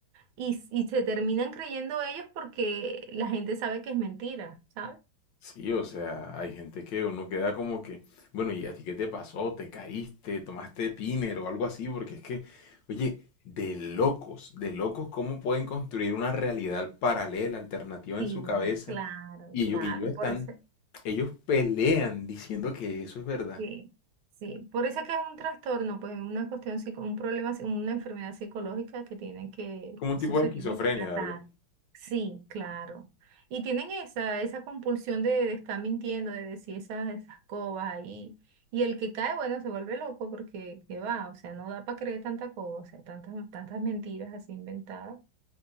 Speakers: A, on the right (about 75°); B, on the left (about 65°).
A: y, s- y se terminan creyendo ellos porque la gente sabe que es mentira, ¿sabes?
B: Sí, o sea, hay gente que uno queda como que, bueno, ¿y a ti qué te pasó? ¿Te caíste? ¿Tomaste tiner o algo así? Porque es que, oye, de locos, de locos, ¿cómo pueden construir una realidad paralela, alternativa
A: Sí,
B: en su cabeza?
A: claro,
B: Y
A: claro.
B: ellos, y ellos están,
A: Por eso,
B: ellos pelean diciendo que eso es verdad.
A: Sí, sí. Por eso es que es un trastorno, pues una cuestión, psico- un problema, psi- una enfermedad psicológica que tiene que,
B: Como un
A: eso
B: tipo
A: se
B: de esquizofrenia,
A: tiene que tratar.
B: ¿verdad?
A: Sí, claro. Y tienen esa, esa compulsión de, de estar mintiendo, de decir esas, esas cobas ahí. Y el que cae, bueno, se vuelve loco porque, ¿qué va? O sea, no da para creer tanta coba, o sea, tantas, tantas mentiras así inventadas.